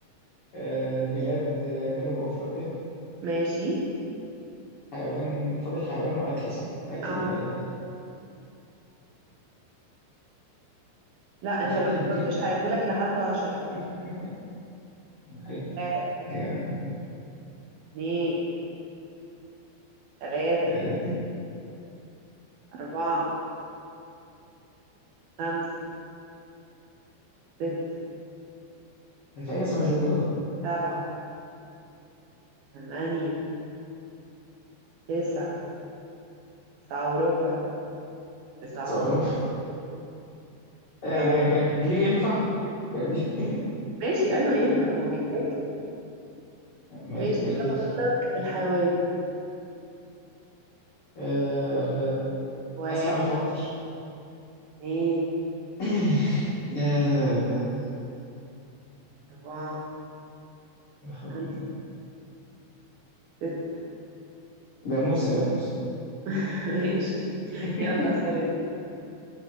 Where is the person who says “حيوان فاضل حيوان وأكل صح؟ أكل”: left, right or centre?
Left